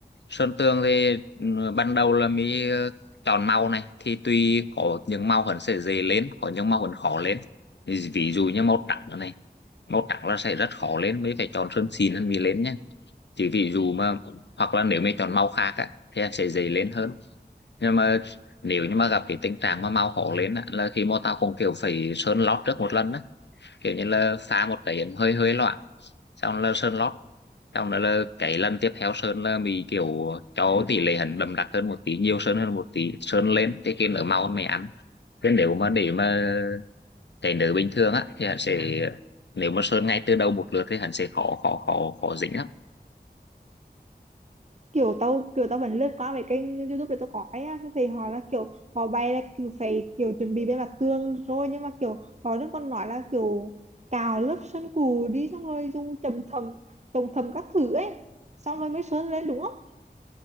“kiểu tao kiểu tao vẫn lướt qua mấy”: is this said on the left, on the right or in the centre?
Right